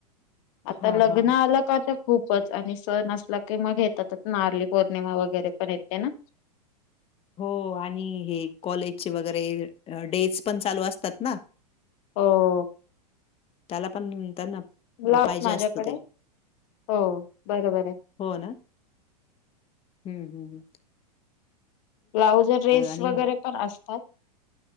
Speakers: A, on the left; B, on the left.
A: आता
B: हां,
A: लग्न
B: हां.
A: आलं का त खूपच आणि सण असला की मग घेतात नारली पौर्णिमा वगैरे पण येते ना.
B: हो आणि हे कॉलेजचे वगैरे डेज पण चालू असतात ना.
A: हो
B: त्याला पण त्यांना
A: ब्लाउज
B: पाहिजे
A: माझ्याकडे
B: असत ते,
A: हो बरोबर आहे.
B: हो ना हम्म हम्म हम्म
A: ब्लाउजअ ड्रेस
B: आणि
A: वगैरे पण असतात.